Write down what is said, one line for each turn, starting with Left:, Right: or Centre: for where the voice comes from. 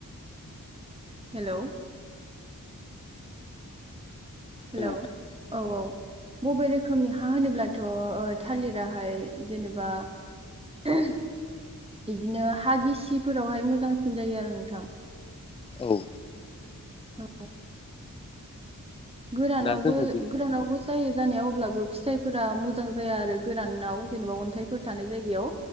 Right: हेलौ! हेल'
Left: जों
Right: औ औ। बबे रोखोमनि हा होनोब्लाथ' ओ थालिराहाय जेनेबा बिदिनो हा गिसिफोरावहाय मोजांसिन जायो आरो नोंथां।
Left: औ।
Right: औ। गोरानावबो
Left: दा जोङो बे
Right: गोरानावबो जायो जानायाव अब्लाबो फिथाइफोरा मोजां जाया आरो गोरानाव जेनेबा अन्थाइफोर थानाय जायगायाव।